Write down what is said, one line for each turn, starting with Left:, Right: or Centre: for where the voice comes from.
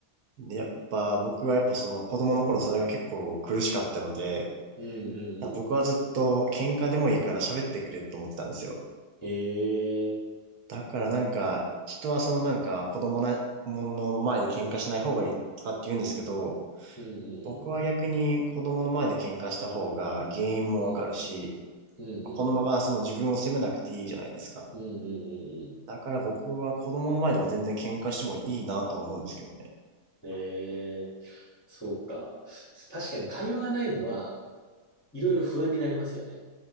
Right: で、やっぱ僕はやっぱその子供の頃それが結構苦しかったので、
Left: うんうんうん。
Right: 僕はずっと喧嘩でもいいから喋ってくれって思ってたんですよ。
Left: ええー。
Right: だからなんか、人はそのなんか子供なものの前で喧嘩しない方がいいとかって言うんですけど、
Left: うんうんうん。
Right: 僕は逆に子供の前で喧嘩した方が原因もわかるし、
Left: うん、うん、
Right: 子供がその自分を責めなくていいじゃないですか。
Left: うん、うん、うん、うん
Right: だから僕は子供の前でも全然喧嘩してもいいなとは思うんですけどね。
Left: うん。ええ、そうか。確かに会話がないのは、いろいろ不安になりますよね。